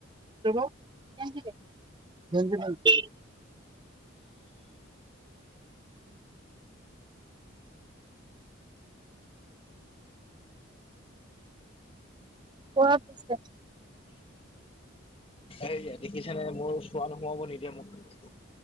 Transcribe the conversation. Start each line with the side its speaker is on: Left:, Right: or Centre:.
Right: <unintelligible> কোৱা পিছে।
Left: এইয়া দেখিছানে মোৰ <unintelligible> সোমাবো নিদিয়ে মোক।